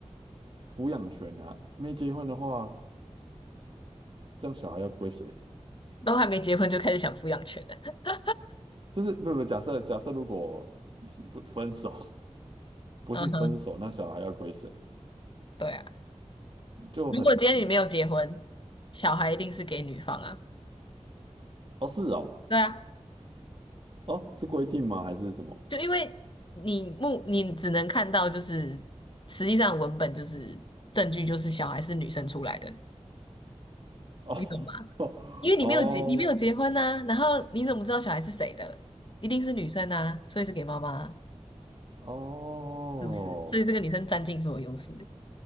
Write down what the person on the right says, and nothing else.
抚养权呐，没结婚的话。这样小孩要归谁？
就是不不，假设假设如果你不分手，<laughs> 不幸分手，
那小孩要归谁？
就很很
哦，是哦，
哦，是规定吗？还是什么？
哦
<laughs> 哦哦
哦，